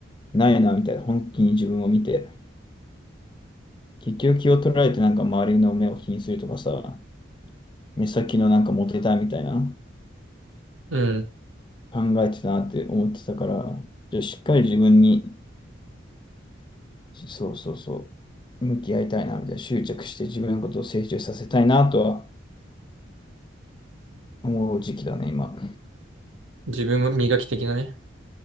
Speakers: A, on the left; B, on the right.
A: ないな、みたいな。本気に自分を見て。結局気を取られてなんか周りの目を気にするとかさ、目先のなんかモテたいみたいな
B: うん。
A: 考えてたなって思ってたから、じゃあしっかり自分に、そうそうそう、向き合いたいな、みたいな。執着して自分のことを成長させたいなとはもう時期だね、今。
B: 自分も磨き的なね。